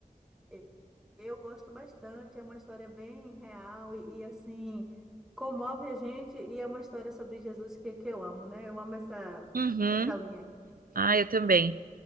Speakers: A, in the centre; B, on the right.
A: Eu eu gosto bastante, é uma história bem real e, e, assim, comove a gente e é uma história sobre Jesus que, que eu amo, né? Eu amo essa,
B: Uhum.
A: essa linha.
B: Ah, eu também.